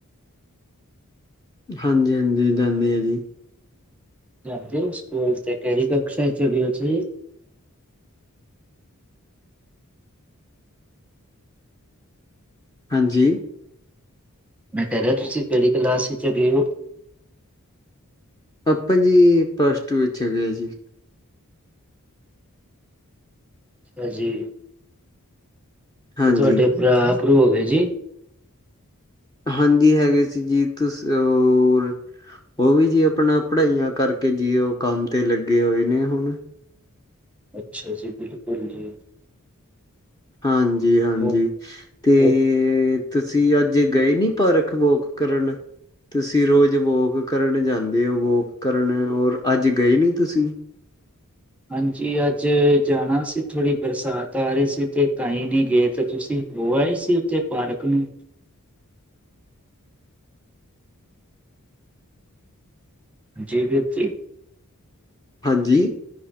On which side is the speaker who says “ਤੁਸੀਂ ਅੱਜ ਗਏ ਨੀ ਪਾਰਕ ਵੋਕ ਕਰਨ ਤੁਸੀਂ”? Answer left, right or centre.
Left